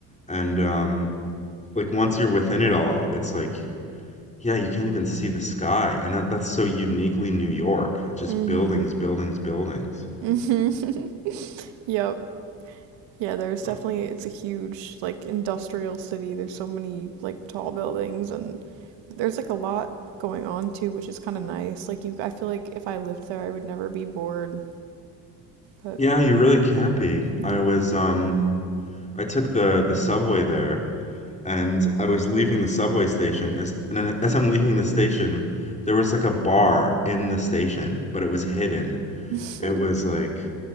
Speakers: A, on the left; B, on the right.
A: And um like once you're within it all, it's like Yeah, you can't even see the sky, and that, that's so uniquely New York. It's just
B: Mhm.
A: buildings, buildings, buildings.
B: Mhm. <laughs> yep. Yeah, there's
A: But
B: definitely it's a huge like industrial city. There's so many like tall buildings and there's like a lot going on too, which is kind of nice. Like you I feel like if I lived there, I would never be bored, but
A: yeah, you really can't be.
B: yeah.
A: I was um I took the the subway there, and I was leaving the subway station as and then as I'm leaving the station, there was like a bar in the station, but it was hidden.
B: <laughs>
A: It was like